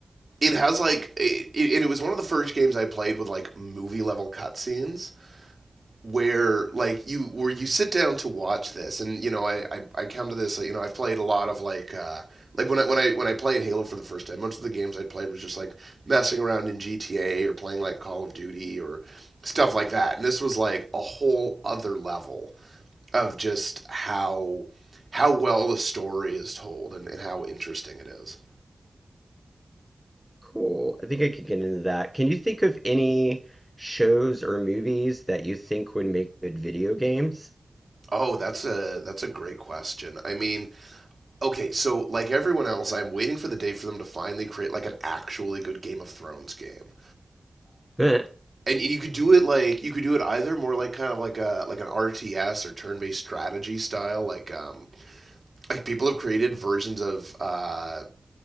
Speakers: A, on the right (about 45°); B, in the centre.
A: it has like it, it, it was one of the first games I played with like movie level cutscenes where like you where you sit down to watch this and you know I, I, I come to this like, you know I've played a lot of like uh, like when I when I when I played Halo for the first time most of the games I played was just like messing around in GTA or playing like Call of Duty or stuff like that and this was like a whole other level of just how how well the story is told and, and how interesting it is
B: Cool. I think I could get into that. Can you think of any shows or movies that you think would make good video games?
A: Oh, that's a that's a great question. I mean, okay, so like everyone else, I'm waiting for the day for them to finally create like an actually good Game of Thrones game.
B: <laughs>
A: And and you could do it like you could do it either more like kind of like a like an RTS or turn-based strategy style, like um like people have created versions of uh